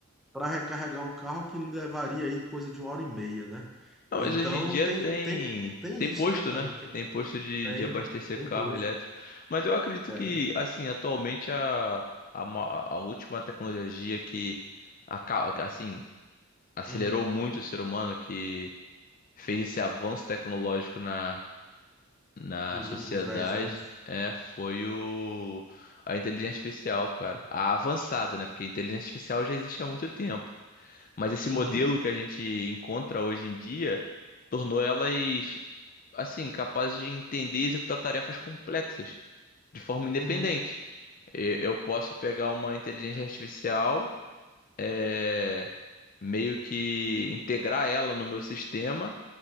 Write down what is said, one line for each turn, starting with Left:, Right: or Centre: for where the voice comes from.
Centre: para recarregar o carro que levaria aí coisa de uma hora e meia, né?
Left: Não,
Centre: Então
Left: mas hoje em dia
Centre: tem
Left: tem
Centre: tem tem
Left: tem
Centre: isso,
Left: posto,
Centre: né, cara?
Left: né?
Centre: Que-
Left: Tem posto de,
Centre: Tem
Left: de abastecer
Centre: tem
Left: carro
Centre: pouso,
Left: elétrico. Mas eu acredito
Centre: é,
Left: que, assim, atualmente a, a, ma- a última tecnologia que acaba, assim, acelerou
Centre: hum,
Left: muito o ser humano, que fez esse avanço tecnológico na, na
Centre: nos
Left: sociedade,
Centre: últimos 10 anos.
Left: é, foi o, a inteligência artificial, cara. A avançada, né? Porque a inteligência artificial já existe há muito tempo. Mas esse
Centre: Uhum,
Left: modelo que a gente encontra hoje em dia tornou elas assim, capaz de entender e executar tarefas complexas de forma independente.
Centre: uhum.
Left: E- Eu posso pegar uma inteligência artificial, é, meio que integrar ela no meu sistema